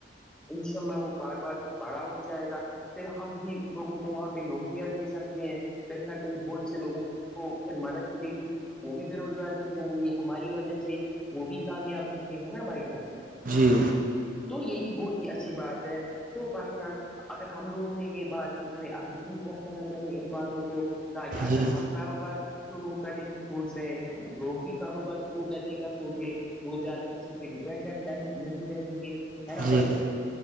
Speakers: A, in the centre; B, on the right.
A: انشاء اللہ وہ کاروبار پھر بڑا ہو جائے گا پھر ہم بھی لوگوں کو وہاں پہ نوکریاں دے سکتے ہیں کہیں نہ کہیں بہت سے لوگوں کو پھر مدد ملے گی وہ بھی بے روزگار نہیں رہیں گے ہماری وجہ سے وہ بھی کامیاب ہوں گے ہیں نا بھائی جان
B: جی
A: تو یہ بھی بہت ہی اچھی بات ہے تو بھائی جان اگر ہم دونوں نے یہ بات کی ہمیں آگے بھی پہنچانا چاہیے ان باتوں کو تاکہ
B: جی
A: اگر ہم کاروبار شروع کرنے کی سوچ رہے ہیں لوگ بھی کاروبار شروع کرنے کا سوچے وہ زیادہ کسی پہ ڈیپینڈنٹ نہیں نہیں رہیں گے ہے نا
B: جی
A: بھائی جان